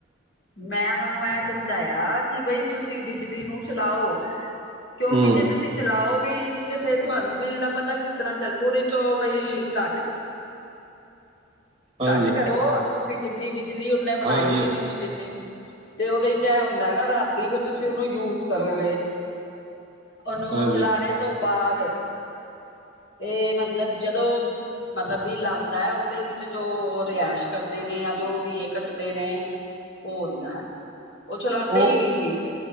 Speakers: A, on the left; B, on the right.
A: ਮੈਂ ਉਹਨਾਂ ਨੂੰ ਇਹ ਸਮਝਾਇਆ ਕਿ ਬਈ ਤੁਸੀਂ ਬਿਜਲੀ ਨੂੰ ਚਲਾਓ। ਕਿਉਂਕਿ
B: ਹੂੰ
A: ਜੇ ਤੁਸੀਂ ਚਲਾਓਗੇ ਹੀ ਨਹੀਂ ਤੇ ਫਿਰ ਤੁਹਾਨੂੰ ਬਿੱਲ ਦਾ ਪਤਾ ਕਿਸ ਤਰ੍ਹਾਂ ਚਲ, ਉਹਦੇ ਚੋਂ ਬਈ ਘੱਟ ਕੁ
B: ਹਾਂਜੀ
A: ਘੱਟ ਕਰੋ, ਉਹ ਤੁਸੀਂ ਜਿੰਨੀ ਬਿਜ ਬਿਜਲੀ ਉਨਾ ਤੇ ਬਣਾਏਗੀ
B: ਹਾਂਜੀ
A: ਨੀ ਜਿਨੀ ਚ ਜਿੰਨੇ ਵੀ ਤੇ ਉਹਦੇ ਚ ਇਹ ਹੁੰਦਾ ਨਾ ਰਾਤੀ ਵੀ ਤੁਸੀਂ ਉਹਨੂੰ ਯੂਜ ਭਰੋਗੇ, ਉਹਨੂੰ
B: ਹਾਂਜੀ
A: ਚਲਾਣੇ ਤੋਂ ਬਾਅਦ ਤੇ ਮਤਲਬ ਜਦੋਂ ਮਤਲਬ ਵੀ ਲਾਂਦਾ, ਉਹਦੇ ਵਿੱਚ ਜੋ ਰਿਹਾਸ਼ ਕਰਦੇ ਨੇ ਜਾਂ ਜੋ ਵੀ ਇਹ ਕੱਟਦੇ ਨੇ ਉਹ ਹੁੰਦਾ। ਉਹ ਚਲਾਦੇ
B: ਉਹ
A: ਹੀ ਨਹੀਂ ਸੀ।